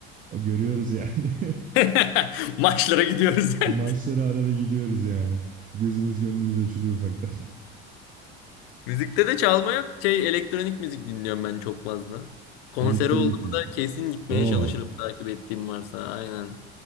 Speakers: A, on the right; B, on the left.
A: Görüyoruz yani.
B: <laughs> Maçlara gidiyoruz
A: <laughs>
B: yani.
A: Maçlara arada gidiyoruz yani. Gözümüz gönlümüz açılıyor ufaktan.
B: Müzikte de çalma yok. Şey elektronik müzik dinliyorum ben çok fazla. Konseri
A: Elektronik
B: olduğumda
A: müzik.
B: kesin gitmeye
A: Aa,
B: çalışırım takip ettiğim varsa. Aynen.